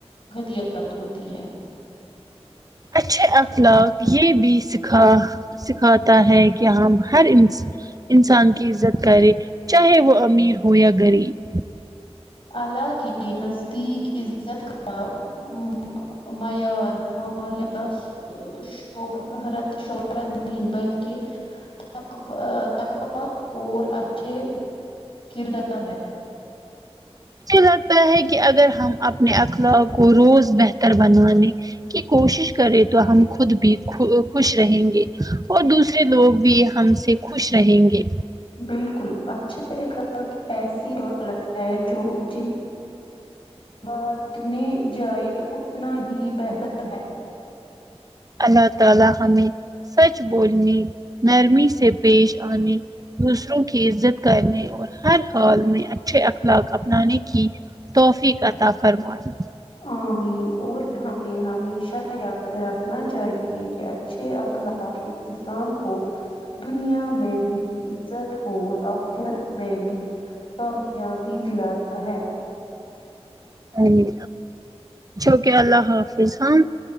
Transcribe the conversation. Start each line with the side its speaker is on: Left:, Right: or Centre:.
Left: گندی بات ہوتی ہے
Right: اچھے اخلاق یہ بھی سکھا سکھاتا ہے کہ ہم ہر انس انسان کی عزت کرے چاہے وہ امیر ہو یا غریب
Left: الله کے نزدیک عزت کا <unintelligible> شہرت شہرت نہیں بلکہ تکبا اور اچھے کردار ہے
Right: مجھے لگتا ہے کہ اگر ہم اپنے اخلاق کو روز بہتر بنوانے کی کوشش کرے تو ہم خود بھی خوش رہیں گے اور دوسرے لوگ بھی ہم سے خوش رہیں گے
Left: بالکل اچھا اخلاق ایسی دولت ہے جو جن بانٹنے جائے اتنا ہی بہتر ہے
Right: اللہ تعالی حمے سچ بولنی نرمی سے پیش آنی دوسروں کی عزت کرنے اور ہر ہال میں اچھے اخلاق اپنانے کی توحفیق عطا فرمائے
Left: آمین اور ہمیں ہمیشہ یاد رکھنا چاہیے کہ اچھے اقلاق تاکہ انسان کو دنیا میں بھی عزت اور آخرت میں بھی کامیابی دلا تا ہے
Right: امین جو کہ اللہ حافظ ہاں